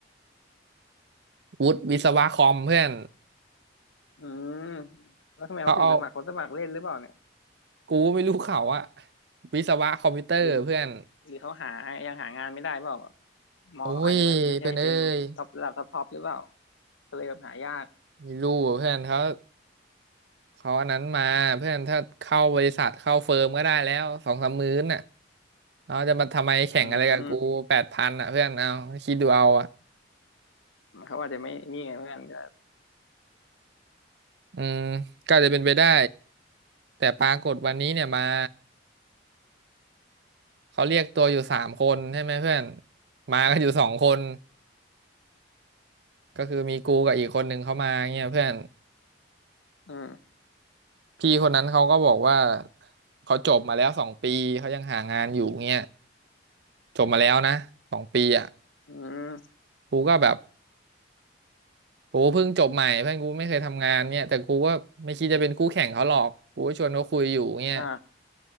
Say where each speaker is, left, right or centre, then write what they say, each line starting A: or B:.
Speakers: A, on the right (about 60°); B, on the left (about 75°).
A: วุฒิวิศวะคอมเพื่อน
B: อืมแล้วทำไมเขาถึงสมัครเขาสมัครเล่นหรือเปล่าเนี่ย
A: เขาเอากูไม่รู้เขาอะวิศวะคอมพิวเตอร์เพื่อน
B: หรือหรือเขาหายังหางานไม่ได้เปล่าแบบมองเขาอาจจะแบบไม่ใช่เป็นท็อประดับท็อปท็อปหรือเปล่า
A: โอ้ยเพื่อนเอ้ย
B: ก็เลยแบบหายาก
A: ไม่รู้อะเพื่อนเขาเขาอันนั้นมาเพื่อนถ้าเข้าบริษัทเข้าเฟิร์มก็ได้แล้วสองสามมื้อน่ะเราจะมาทำไมแข่งอะไรกับกูแปดพันอ่ะเพื่อนเอาคิดดูเอาอ่ะ
B: อืมเขาอาจจะไม่นี่ไงเพื่อนก็
A: อืมก็จะเป็นไปได้แต่ปรากฏวันนี้เนี่ยมาเขาเรียกตัวอยู่สามคนใช่ไหมเพื่อนมากันอยู่สองคน ก็คือมีกูกับอีกคนนึงเขามาเงี้ยเพื่อน
B: อืม
A: พี่คนนั้นเขาก็บอกว่าเขาจบมาแล้วสองปีเขายังหางานอยู่เงี้ยจบมาแล้วนะสองปีอ่ะ
B: อืม
A: กูก็แบบกูเพิ่งจบใหม่เพื่อนกูไม่เคยทำงานเนี่ยแต่กูก็ไม่คิดจะเป็นคู่แข่งเขาหรอกกูก็ชวนเขาคุยอยู่เงี้ย
B: อ่า